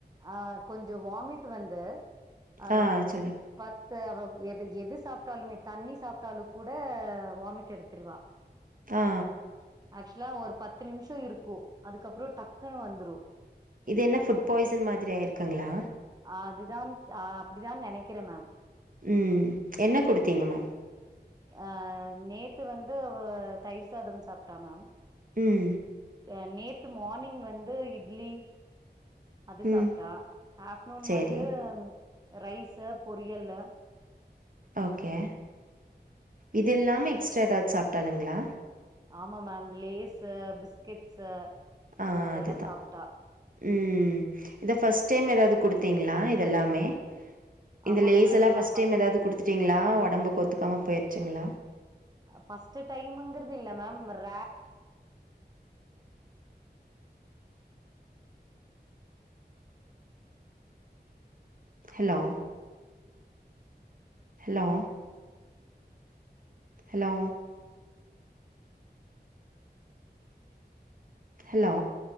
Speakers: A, on the right (about 20°); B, on the right (about 50°).
A: ஆ கொஞ்சோ வாமிட் வந்து அ
B: ஆ சொல்லு
A: ப அவ எது எது சாப்ட்டாலுமே தண்ணி சாப்ட்டாலு கூட வாமிட் எடுத்துருவா
B: ஆ
A: ஆக்சுவலா ஒரு பத்து நிமிஷ இருக்கு அதுக்கப்பற டக்குன்னு வந்ரு
B: இது என்ன ஃபுட் பாய்சன் மாதிரி ஆய்ருக்குங்களா
A: அதுதான் அப்டிதான் நெனைக்கிற மேம்
B: ம் என்ன குடுத்தீங்க மேம்
A: அ நேத்து வந்து அவ தயிர் சாதம் சாப்ட்டா மேம்
B: ம்
A: க நேத்து மார்னிங் வந்து இட்லி அது
B: ம்
A: சாப்ட்டா ஆஃப்ர்ட்நூன்
B: சரி
A: வந்து ரைஸ்ஸு பொரியல்லு
B: ஓகே இது இல்லாம எக்ஸ்ட்ரா எதாவது சாப்ட்டாளுங்களா
A: ஆமா மேம் லேஸ்ஸு பிஸ்கட்ஸ்ஸு
B: ஆ
A: அதெல்லா
B: அதுதா
A: சாப்ட்டா
B: ம் இத ஃபஸ்ட் டைம் எதாவ்து குடுத்தீங்ளா இதெல்லாமே இந்த
A: ஆமாங்
B: லேஸ்
A: மேம்
B: எல்லா ஃபஸ்ட்
A: ஃபஸ்
B: டைம் எதாவ்து குடுத்துட்டீங்ளா ஒடம்பு ஒத்துக்காம போயிருச்சுங்ளா
A: ஃபஸ்ட்டு டைம்ங்கிறது இல்ல மேம் ரா
B: ஹலோ ஹலோ ஹலோ ஹலோ